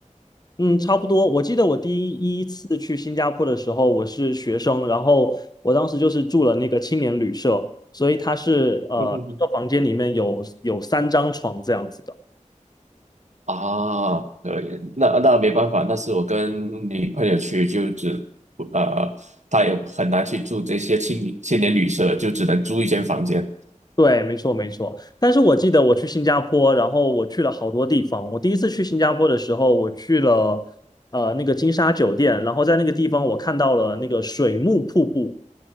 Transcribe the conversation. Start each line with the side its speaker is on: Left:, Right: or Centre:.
Left: 嗯，差不多。我记得我第一次去新加坡的时候，我是学生，然后我当时就是住了那个青年旅社，所以它是呃一个房间里面有有三张床这样子的。
Right: 嗯嗯嗯啊，对，那那没办法，那是我跟女朋友去，就只呃，她也很难去住这些青青年旅社，就只能租一间房间。
Left: 对，没错没错。但是我记得我去新加坡，然后我去了好多地方。我第一次去新加坡的时候，我去了呃那个金沙酒店，然后在那个地方我看到了那个水幕瀑布，